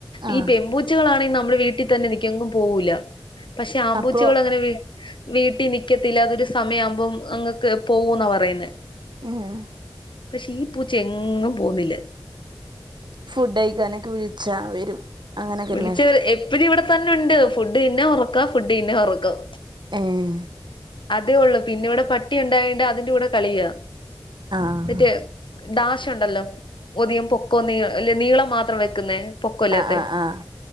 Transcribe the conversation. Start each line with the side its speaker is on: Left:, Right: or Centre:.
Right: ആഹ്
Left: ഈ പെബൂ ച്ചകളാണെങ്കി നമ്മടെ വീട്ടി തന്നെ നിക്കും എങ്ങും പോകൂല്ല. പക്ഷെ ആമ്പൂച്ചകളങ്ങനെ
Right: അപ്പോ
Left: വീ വീട്ടി നിക്കത്തില്ലാ. അതൊരു സമയാവുമ്പോ അങ്ങക്ക് പോവൂന്നാ പറയുന്നേ.
Right: ഏഹ്
Left: പക്ഷെ ഈ പൂച്ച എങ്ങും പോവുന്നില്ല.
Right: ഫുഡ്ഴിക്കാനൊക്കെ വിളിച്ചാ വരും. അങ്ങനെയൊക്കെല്ലേ
Left: വിളിച്ചവര് എപ്പഴും ഇവിടെത്തന്നൊണ്ട് ഫുഡ് തിന്നാ ഒറക്കാ ഫുഡ് തിന്നാ ഒറക്കാം.
Right: ഏഹ്
Left: അതേ ഒള്ളൂ. പിന്നെ ഇവിടെ പട്ടി ഉണ്ടായോണ്ട് അതിന്റെ കൂടെ കളിയ.
Right: ആഹ്
Left: മറ്റേ ഡാഷുണ്ടല്ലോ ഒധികം പൊക്കോന്നീ നീളം മാത്രം വെക്കുന്നേ പൊക്കോല്ലാത്തെ?
Right: ആഹ് ആഹ് ആഹ്